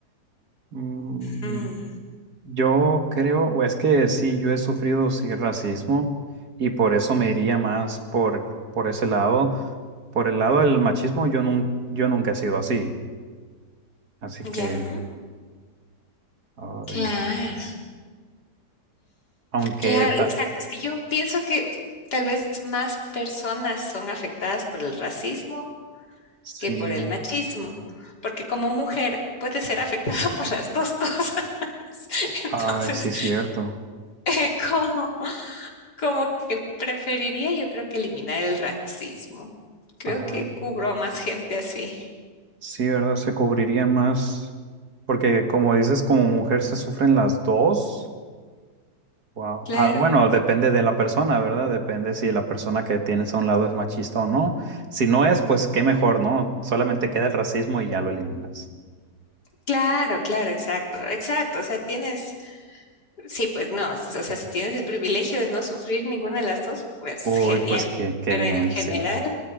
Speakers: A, on the right (about 70°); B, on the left (about 80°).
A: Mm,
B: Mm,
A: Yo creo, o es que sí, yo he sufrido sí racismo y por eso me iría más por, por ese lado. Por el lado del machismo, yo, nun- yo nunca he sido así. Así que,
B: ya,
A: ay,
B: claro.
A: aunque
B: Claro,
A: ta-
B: exacto. Es que yo pienso que tal vez más personas son afectadas por el racismo
A: sí,
B: que por el machismo, porque como mujer puede ser afectada <laughs> por las dos cosas. <laughs> Entonces,
A: ay, sí, cierto.
B: eh, como, como que preferiría yo creo que eliminar el racismo. Creo
A: Ajá.
B: que cubro a más gente así.
A: Sí, ¿verdad? Se cubrirían más. Porque como dices, como mujer se sufren las dos. Wow.
B: Claro,
A: Ah, bueno, depende de la persona, ¿verdad? Depende si la persona que tienes a un lado es machista o no. Si no es, pues qué mejor, ¿no? Solamente queda el racismo y ya lo eliminas.
B: claro, claro, exacto, exacto. O sea, tienes... Sí, pues no, o sea, si tienes el privilegio de no sufrir ninguna de las dos, pues
A: Uy,
B: genial.
A: pues qué, qué
B: Pero
A: bien,
B: en general,
A: sí.